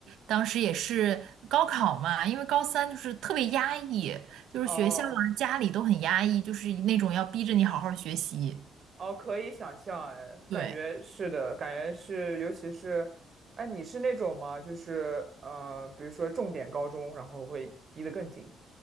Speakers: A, on the right; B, on the right.
A: 当时也是高考嘛，因为高三就是特别压抑，就是学校啊、
B: 哦
A: 家里都很压抑，就是那种要逼着你好好学习。
B: 哦，可以想象，哎，感觉是的，
A: 对。
B: 感觉是，尤其是，哎，你是那种吗？就是呃，比如说重点高中，然后会逼得更紧。